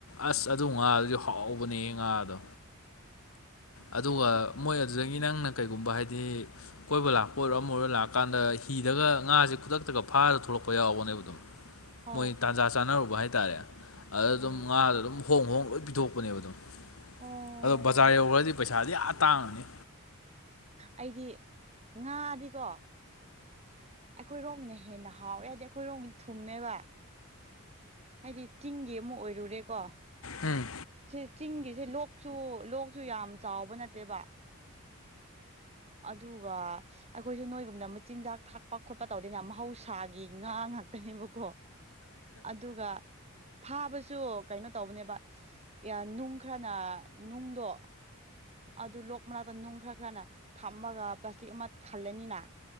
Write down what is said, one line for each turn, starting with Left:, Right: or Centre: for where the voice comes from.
Left: ꯑꯁ ꯑꯗꯨ ꯉꯥ ꯑꯗꯨ ꯍꯥꯎꯕꯅꯦ ꯉꯥꯗꯣ ꯑꯗꯨꯒ ꯃꯣꯏ ꯑꯗꯨꯗꯒꯤ ꯅꯪꯅ ꯀꯩꯒꯨꯝꯕ ꯍꯥꯏꯗꯤ ꯀꯣꯏꯕ ꯂꯥꯛꯄ ꯑꯣꯏꯔꯣ ꯑꯃ ꯑꯣꯏꯔꯣ ꯂꯥꯛꯄ ꯂꯥꯛ ꯀꯥꯟꯗ ꯍꯤꯗꯒ ꯉꯥꯁꯦ ꯈꯨꯗꯛꯇꯒ ꯐꯥꯔ ꯊꯣꯛꯂꯛꯄ ꯌꯥꯎꯕꯅꯦꯕ ꯑꯗꯨꯝ
Right: ꯍꯣꯏ
Left: ꯃꯣꯏ ꯇꯥꯟꯖꯥ ꯆꯥꯅꯔꯨꯕ ꯍꯥꯏꯇꯥꯔꯦ ꯑꯗꯨ
Right: ꯑꯣ
Left: ꯑꯗꯨꯝ ꯉꯥꯗ ꯑꯗꯨꯝ ꯍꯣꯡ ꯍꯣꯡ ꯂꯣꯏ ꯄꯤꯊꯣꯛꯄꯅꯦꯕ ꯑ ꯑꯗꯨꯝ
Right: ꯑꯣ
Left: ꯑꯗꯣ ꯕꯖꯥꯔ ꯌꯧꯈ꯭ꯔꯗꯤ ꯄꯩꯁꯥꯗꯤ ꯌꯥꯝ ꯇꯥꯡꯉꯅꯤ
Right: ꯑꯩꯗꯤ ꯉꯥꯗꯤꯀꯣ ꯑꯩꯈꯣꯏ ꯔꯣꯝꯃꯤꯅ ꯍꯦꯟꯅ ꯍꯥꯎꯋꯦ ꯍꯥꯏꯗꯤ ꯑꯩꯈꯣꯏ ꯔꯣꯝꯒꯤꯅ ꯊꯨꯝꯃꯦꯕ ꯍꯥꯏꯗꯤ ꯆꯤꯡꯒꯤ ꯑꯃꯨꯛ ꯑꯣꯏꯔꯨꯔꯦꯀꯣ
Left: ꯎꯝ
Right: ꯁꯤ ꯆꯤꯡꯒꯤꯁꯦ ꯂꯣꯛꯁꯨ ꯂꯣꯛꯁꯨ ꯌꯥꯝ ꯆꯥꯎꯕ ꯅꯠꯇꯦꯕ ꯑꯗꯨꯒ ꯑꯩꯈꯣꯏꯁꯨ ꯅꯣꯏꯒꯨꯝꯅ ꯃꯆꯤꯟꯖꯥꯛ ꯊꯥꯛꯄ ꯈꯣꯠꯄ ꯇꯧꯗꯅ ꯃꯍꯧꯁꯥꯒꯤ ꯉꯥ ꯉꯥꯛꯇꯅꯦꯕ ꯀꯣ ꯑꯗꯨꯒ ꯐꯥꯕꯁꯨ ꯀꯩꯅꯣ ꯇꯧꯕꯅꯦꯕ ꯅꯨꯡ ꯈꯔꯅ ꯅꯨꯡꯗꯣ ꯑꯗꯨ ꯂꯣꯛ ꯃꯅꯥꯛꯇ ꯅꯨꯡ ꯈꯔ ꯈꯔꯅ ꯊꯝꯃꯒ ꯄ꯭ꯂꯥꯁꯇꯤꯛ ꯑꯃ ꯊꯜꯂꯅꯤꯅ